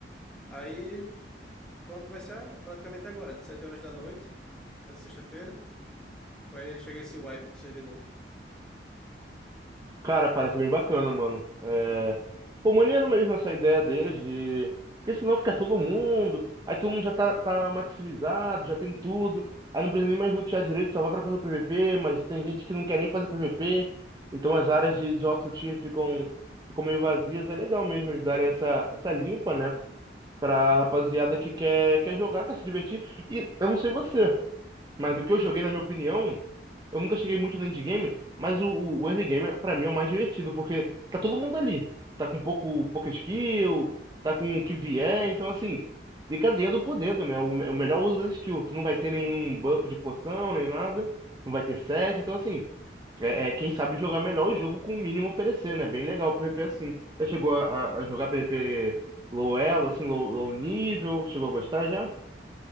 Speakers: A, in the centre; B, on the right.
A: Aí, pronto, vai ser a- praticamente agora, de 7 horas da noite, essa sexta-feira, vai chegar esse wipe do servidor.
B: Cara, parece bem bacana, mano. É... Pô, maneiro mesmo essa ideia deles de... Porque senão fica todo mundo... Aí todo mundo já tá, tá maximizado, já tem tudo. Aí não precisa nem mais lutear direito, só vai pra fazer o PVP. Mas tem gente que não quer nem fazer PVP. Então as áreas de, de alto tier ficam, ficam meio vazias. É legal mesmo eles darem essa, essa limpa, né? Pra rapaziada que quer, quer jogar, quer se divertir. E eu não sei você... Mas do que eu joguei, na minha opinião, eu nunca cheguei muito no endgame, mas o, o o early game, pra mim, é o mais divertido, porque tá todo mundo ali. Tá com pouco, pouca skill, tá com o que vier, então assim, fica dedo por dedo, né? O, me- o melhor uso das skills. Tu não vai ter nenhum buff de poção, nem nada, não vai ter set, então assim, é, é quem sabe jogar melhor o jogo com o mínimo oferecer, né? Bem legal o PvP assim. Já chegou a, a- a jogar PvP low elo, assim, low, low nível? Chegou a gostar já?